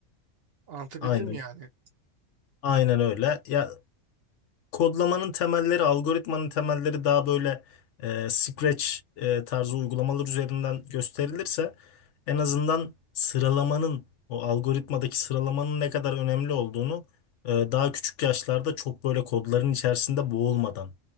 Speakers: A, on the right; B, on the left.
A: Anlatabildim
B: Aynen
A: mi yani?
B: aynen öyle. Ya kodlamanın temelleri, algoritmanın temelleri daha böyle e, Scratch e, tarzı uygulamalar üzerinden gösterilirse en azından sıralamanın o algoritmadaki sıralamanın ne kadar önemli olduğunu e, daha küçük yaşlarda çok böyle kodların içerisinde boğulmadan